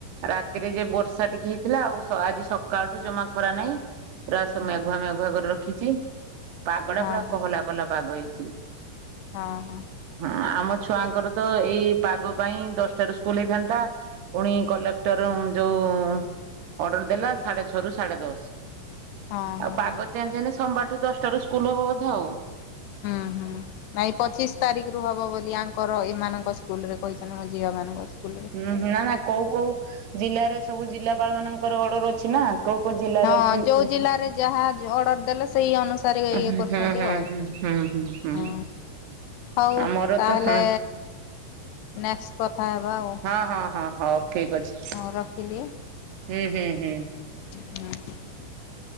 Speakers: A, on the right (about 70°); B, on the left (about 75°).
A: ରାତିରେ
B: ହୁଁ
A: ଯେ ବର୍ଷା ଟିକେ ହେଇଥିଲା ଆଉ ସ ଆଜି ସକାଳଠୁ ଜମା ଖରା ନାହିଁ। ପୁରା ସ
B: ହୁଁ
A: ମେଘୁଆ ମେଘୁଆ କରି ରଖିଚି ପାଗଡା
B: ହଁ
A: ପୁରା
B: ହଁ
A: କୋହଲା କୋହଲା ପାଗ ହେଇଛି।
B: ହଁ ହଁ।
A: ହଁ ଆମ ଛୁଆଙ୍କର ତ ଏଇ ପାଗ ପାଇଁ ଦଶଟାରୁ ସ୍କୁଲ ହେଇଥାନ୍ତା। ପୁଣି କଲେକ୍ଟର ଉଁ ଯୋଉ ଅର୍ଡର ଦେଲା ସାଡେ ଛଅ ରୁ ସାଡେ ଦଶ।
B: ହଁ ହଁ
A: ଆଉ ପାଗ
B: ହଁ
A: ଚେଞ୍ଜ ହେଲେ ସୋମବାରଠୁ ଦଶଟା ରୁ ସ୍କୁଲ ହବ ବୋଧେ ଆଉ।
B: ହୁଁ ହୁଁ ନାଇଁ ପଚିଶ ତାରିଖରୁ ହବ ବୋଲି ଆଙ୍କର ଏମାନଙ୍କ ସ୍କୁଲରେ କହିଛନ୍ତି ମୋ ଝିଅମାନଙ୍କ ସ୍କୁଲରେ।
A: ହୁଁ ହୁଁ ନା ନା କୋଉ କୋଉ ଜିଲ୍ଲା ରେ ସବୁ ଜିଲ୍ଲାପାଳ ମାନଙ୍କର ଅର୍ଡର ଅଛି ନା। କୋଉ କୋଉ ଜିଲ୍ଲାରେ
B: ହଁ
A: ଜି
B: ଯୋଉ
A: ଉଁ
B: ଜିଲ୍ଲାରେ ଯାହା ଜ ଅର୍ଡର ଦେଲେ ସେଇ ଅନୁସାରେ
A: ହୁଁ
B: ଇଏ ଇଏ କରୁଛନ୍ତି
A: ହୁଁ
B: ଆଉ
A: ହୁଁ ହୁଁ ହୁଁ
B: ହଁ। ହଉ
A: ଆମର
B: ତାହେଲେ
A: ତ ହଁ
B: ନେକ୍ସ୍ଟ୍ କଥା ହେବା ଆଉ।
A: ହଁ ହଁ ହଁ ହଉ ଠିକ୍ ଅଛି।
B: ହଉ ରଖିଲି।
A: ହୁଁ ହୁଁ ହୁଁ।
B: ହଁ।